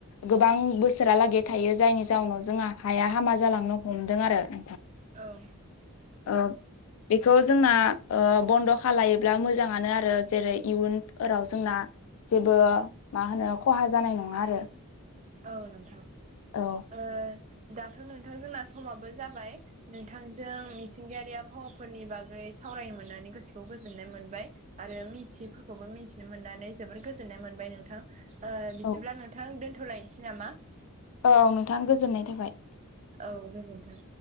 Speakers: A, on the left; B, on the right.
A: गोबां बोसोरालागै थायो जायनि जाउनाव जोंहा हाया हामा जालांनो हमदों आरो। <inaudible>
B: ओ।
A: ओब बेखौ जोंना ओ बन्द' खालायोब्ला मोजाङानो आरो। जेरै इयुनफोराव जोंना जेबो मा होनो खहा जानाय नङा आरो।
B: औ नोंथां।
A: औ
B: ओ दाथ' नोंथां जोंना समाबो जाबाय। नोंथांजों थिंगायारि आबहावाफोरनि बागै सावरायनो मोननानै गोसोखौ गोजोननाय मोनबाय। आरो मिथियिफोरखौबो मिन्थिनो मोननानै जोबोर गोजोननाय मोनबाय नोंथां। ओ बिदिब्ला
A: औ
B: नोंथां दोन्थ'लायनसै नामा?
A: औ नोंथां गोजोन्नाय थाबाय।
B: औ गोजोन्थों।